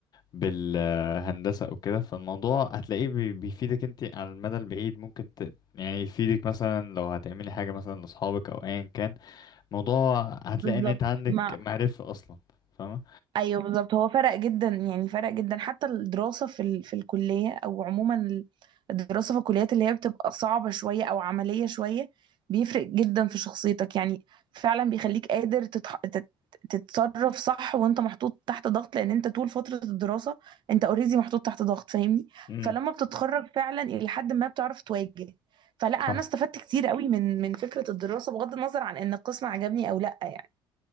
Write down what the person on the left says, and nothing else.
بالهندسه او كده فالموضوع هتلاقيه بي- بيفيدك انت على المدى البعيد ممكن ت... يعني يفيدك مثلا لو هتعملي حاجه مثلا لاصحابك او ايا كان موضوع هتلاقي
ان انت عندك
معرفة اصلا فاهمة
امم
صح